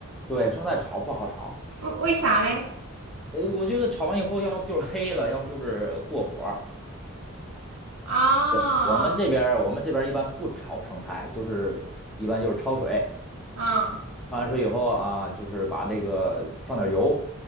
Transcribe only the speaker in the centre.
对，生菜炒不好炒。
呃，我觉得炒完以后，要不就是黑了，要不就是过火儿
对，我们这边儿我们这边儿一般不炒生菜，就是一般就是焯水，
焯完水以后啊，就是把这个放点油。